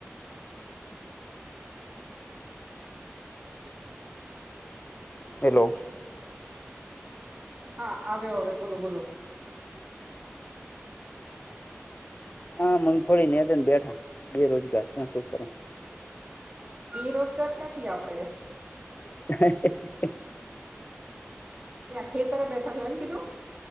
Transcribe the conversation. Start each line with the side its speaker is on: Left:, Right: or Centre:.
Left: <inaudible> હેલો.
Right: હા, આવ્યો હવે બોલો બોલો?
Left: હા, મગફળી નેદન બેઠા બેરોજગાર શું કરુ
Right: બેરોજગાર ક્યાંથી આપડે?
Left: <inaudible>
Right: ત્યાં ખેતરે બેઠા છો એમ કીધું?